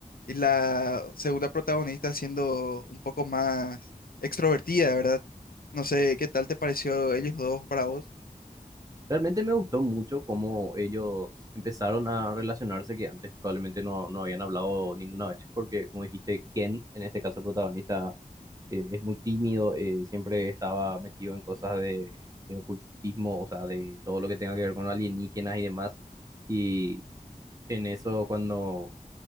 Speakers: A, on the left; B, on the right.
A: y la segunda protagonista siendo un poco más extrovertida, ¿verdad? No sé, ¿qué tal te pareció ellos dos para vos?
B: Realmente me gustó mucho cómo ellos empezaron a relacionarse, que antes probablemente no, no habían hablado ninguna vez, porque como dijiste, Ken, en este caso el protagonista, eh, es muy tímido, eh, siempre estaba metido en cosas de, de ocultismo, o sea, de todo lo que tenga que ver con alienígenas y demás. Y en eso cuando